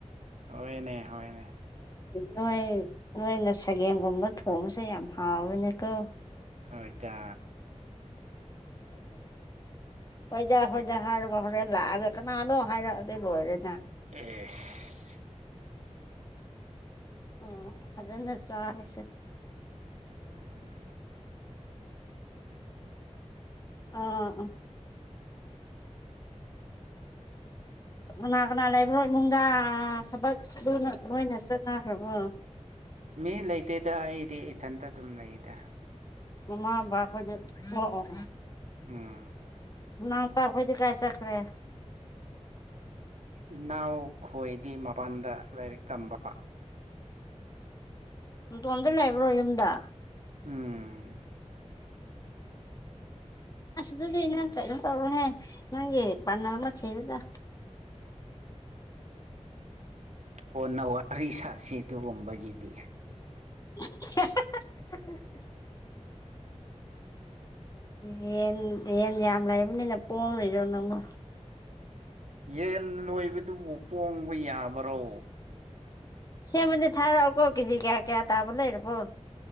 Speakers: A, on the right; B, on the left.
A: ꯍꯣꯏꯅꯦ ꯍꯣꯏꯅꯦ
B: ꯅꯣꯏ ꯅꯣꯏꯅ ꯁꯥꯒꯦꯝ ꯒꯨꯝꯕ ꯊꯣꯡꯕꯁꯦ ꯌꯥꯝ ꯍꯥꯎꯑꯦꯅꯦꯀꯣ
A: ꯍꯣꯢꯇ
B: ꯍꯣꯢꯗ
A: ꯆꯤꯛ
B: ꯍꯣꯢꯗ ꯍꯥꯢꯔꯒ ꯍꯣꯔꯦꯟ ꯂꯥꯛꯑꯒ ꯀꯅꯥꯗꯣ ꯍꯥꯏꯔꯛꯑꯗꯤ ꯂꯣꯏꯔꯦ
A: ꯑꯦ ꯑꯦꯁ
B: ꯑꯣ ꯐꯖꯅ ꯆꯥꯔꯁꯦ
A: ꯎꯝ
B: ꯑꯥ ꯑ
A: <inaudible>
B: ꯀꯅꯥ ꯀꯅꯥ ꯂꯩꯕ꯭ꯔꯣ ꯏꯃꯨꯡꯗ ꯊꯕꯛ ꯂꯣꯏꯅ ꯂꯣꯢꯅ ꯆꯠꯅꯈ꯭ꯔꯕꯣ
A: ꯃꯤ ꯂꯩꯇꯦꯗ ꯑꯩꯗꯤ ꯏꯊꯟꯇ ꯑꯗꯨꯝ ꯂꯩꯗ
B: ꯃꯥꯃꯥ ꯕꯕꯥ ꯈꯣꯢꯗꯤ ꯑꯣ ꯑꯣ
A: ꯎꯝ
B: ꯅꯥꯎꯄꯥꯈꯣꯏꯗꯤ ꯀꯥꯏ ꯆꯈ꯭ꯔꯦ
A: ꯏꯅꯥꯎ ꯈꯣꯏꯗꯤ ꯃꯄꯥꯟꯗ ꯂꯥꯏꯔꯤꯛ ꯇꯝꯕ
B: ꯅꯇꯣꯝꯗ ꯂꯩꯕ꯭ꯔꯣ ꯌꯨꯝꯗ
A: ꯎꯝ
B: ꯑꯁ ꯗꯨꯗꯤ ꯅꯪ ꯀꯩꯅꯣ ꯇꯧꯔꯣꯍꯦ ꯅꯪꯒꯤ ꯄꯥꯔꯠꯅꯔ ꯑꯃ ꯊꯤꯌꯨꯗ
A: ꯀꯣꯟꯅ ꯋꯥꯔꯤ ꯁꯥꯁꯤ ꯗꯨꯒꯨꯝꯕꯩ ꯒꯤꯗꯤ
B: <unintelligible> ꯌꯦꯟ ꯌꯦꯟ ꯌꯥꯝ ꯂꯩꯕꯅꯤꯅ ꯄꯣꯡꯂꯤꯔꯣ ꯅꯪꯕꯣ
A: ꯌꯦꯟ ꯂꯣꯏꯕꯗꯨꯕꯨ ꯄꯣꯡꯕ ꯌꯥꯕꯔꯣ
B: ꯁꯦꯝꯃꯢ ꯊꯥꯔꯛꯑꯣꯀꯣ ꯀꯦꯖꯤ ꯀꯌꯥ ꯀꯌꯥ ꯇꯥꯕ ꯂꯩꯔꯕꯣ